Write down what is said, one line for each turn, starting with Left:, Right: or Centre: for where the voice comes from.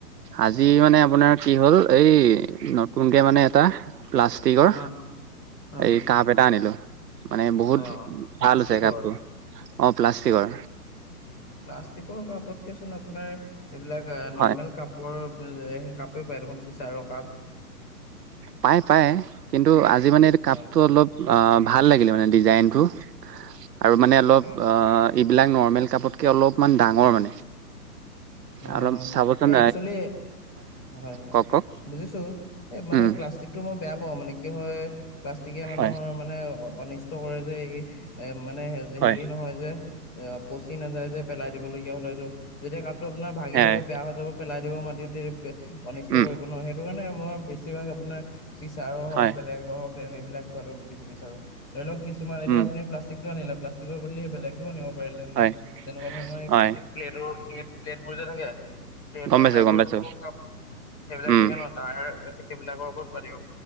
Right: আজি
Left: অ'
Right: মানে আপোনাৰ কি হ'ল এই নতুনকে মানে এটা প্লাষ্টিকৰ,
Left: অ' অ'
Right: এই কাপ এটা আনিলো। মানে বহুত
Left: অ' প্লাষ্টিকৰ
Right: ভাল হৈছে কাপটো, অ প্লাষ্টিকৰ।
Left: প্লাষ্টিকৰ কাপত কেচোন আপোনাৰ, এইবিলাক
Right: হয়
Left: নৰ্মেল কাপৰ কাপেই পায় দেখোন চিচাৰ কাপ।
Right: পাই-পাই কিন্তু আজি মানে এই কাপটো
Left: অ'
Right: অলপ অহ ভাল লাগিলে মানে। ডিজাইনটো, আৰু মানে অলপ
Left: অ' অ'
Right: এইবিলাক নৰ্মেল কাপতকে অলপমান ডাঙৰ মানে।
Left: অ
Right: অলপ চাবচোন
Left: এই একচুৱেলি হয়
Right: কওক কওক
Left: বুজিছো এ মানে
Right: উম
Left: প্লাষ্টিক টো মই বেয়া পাওঁ মানে কি হয় প্লাষ্টিকে মানুহৰ
Right: হয়
Left: মানে অনিষ্ট কৰে যে এই এ মানে
Right: হয়
Left: হেৰি নহয় যে পচি নাযায় যে পেলাই দিবলগীয়া হলে এইটো যেতিয়া ক আপোনাৰ ভাগি
Right: হয়
Left: যাব বেয়া হৈ যাব পেলাই দিব মাটিতে অনিষ্ট
Right: উম
Left: কৰিব ন সেইটো কাৰণে মই বেছিভাগ আপোনাৰ চিচাৰো হওক
Right: হয়,
Left: বেলেগ হওক তেনে এই বিলাক চোৱো বি বিচাৰো ধৰি লও কিছুমান এতিয়া
Right: উম,
Left: আনি <unintelligible> লািক টোনিলে প্লািক বুলিলে স বেলেগটো আনিব তেনেকুৱা
Right: হয়,
Left: ধৰণৰ
Right: হয়,
Left: প্লেটৰ প্লেট বোৰ যে থাকে প্লেটৰ
Right: গম পাইছো,
Left: টাইপৰ
Right: গম পাইছো।
Left: যোনবোৰ কাপ সেইবিলাক
Right: উম,
Left: থাকে ন ডায়ৰ সেইবিলাকৰ ওপৰত পাতিব